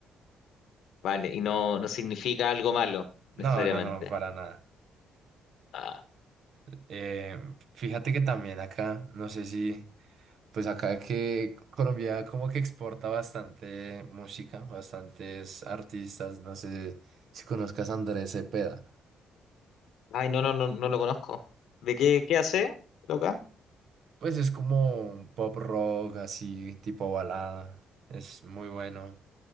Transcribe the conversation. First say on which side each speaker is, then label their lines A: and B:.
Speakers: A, on the left; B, on the right.
A: Vale, y no, no significa algo malo, necesariamente.
B: No, no, no, para nada.
A: Ah.
B: Eh, fíjate que también acá, no sé si, pues acá que Colombia como que exporta bastante música, bastantes artistas, no sé si conozcas a Andrés Cepeda.
A: Ay, no, no, no, no lo conozco. ¿De qué, qué hace, loca?
B: Pues es como un pop rock así, tipo balada. Es muy bueno.